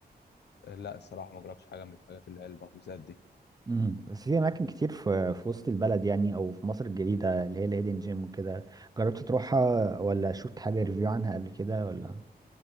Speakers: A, on the left (about 85°); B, on the right (about 20°).
A: لا الصراحه ما جربتش حاجه من الحاجات اللي هي المخبوزات دي
B: امم بس في اماكن كتير في في وسط البلد يعني او في مصر الجديده اللي هي الهيدن جيم وكده جربت تروحها
A: بس ك-
B: ولا شفت حاجه ريفيو عنها قبل كده ولا